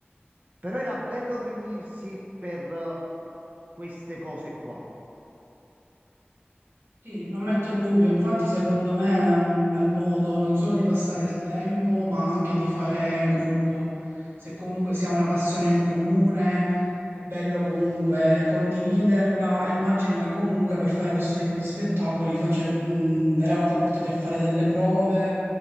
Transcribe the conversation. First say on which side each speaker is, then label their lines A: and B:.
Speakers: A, on the right; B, on the right.
A: però era bello riunirsi per eh, queste cose qua.
B: Sì, non metto in dubbio, infatti secondo me è un bel modo non solo di passare il tempo, ma anche di fare gruppo. Se comunque si ha una passione in comune, è bello comunque condividerla e immagino che comunque per fare questo tipo di spettacoli face- mh, eravate portati a fare delle prove,